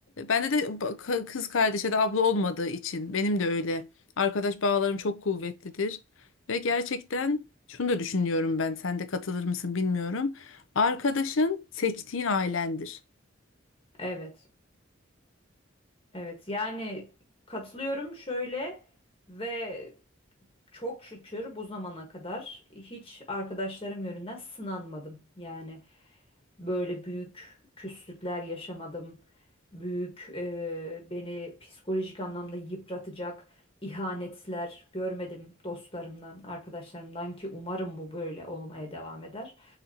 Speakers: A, on the left (about 75°); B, on the left (about 25°).
A: bende de ba- kız kardeşe de abla olmadığı için benim de öyle arkadaş bağlarım çok kuvvetlidir ve gerçekten şunu da düşünüyorum ben sen de katılır mısın bilmiyorum. Arkadaşın seçtiğin ailendir.
B: Evet, evet. Yani katılıyorum şöyle ve çok şükür bu zamana kadar hiç arkadaşlarım yönünden sınanmadım. Yani Böyle büyük küslükler yaşamadım. Büyük e, beni psikolojik anlamda yıpratacak ihanetler görmedim dostlarımdan, arkadaşlarımdan ki umarım bu böyle olmaya devam eder.